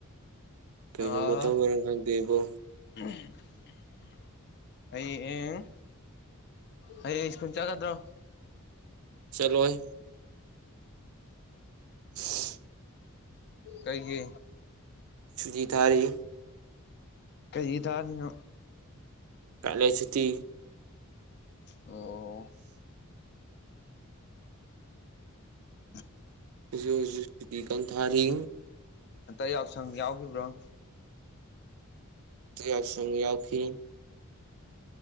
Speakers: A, on the right; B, on the left.
A: ꯀꯩꯅꯣ
B: ꯑꯥ
A: ꯃꯊꯣꯡ ꯃꯔꯝ ꯈꯪꯗꯦ ꯏꯕꯣ
B: <unintelligible> ꯑꯩ ꯑꯦꯡ ꯍꯌꯦꯡ ꯁ꯭ꯀꯨꯟ ꯆꯠꯒꯗ꯭ꯔꯣ
A: ꯆꯠꯂꯣꯏ <unintelligible>
B: ꯀꯩꯒꯤ
A: ꯁꯨꯗꯤ ꯊꯥꯔꯤ
B: ꯀꯔꯤꯒꯤ ꯊꯥꯔꯤꯅꯣ
A: ꯀꯥꯂꯦ ꯁꯨꯇꯤ
B: ꯑꯣ <unintelligible>
A: ꯍꯨꯖꯤꯛ ꯍꯨꯖꯤꯛ ꯁꯨꯇꯤ ꯀꯟ ꯊꯥꯔꯤ
B: ꯍꯟꯇꯛ <unintelligible>
A: ꯇ ꯌꯥꯎꯁꯪ ꯌꯥꯎꯈꯤ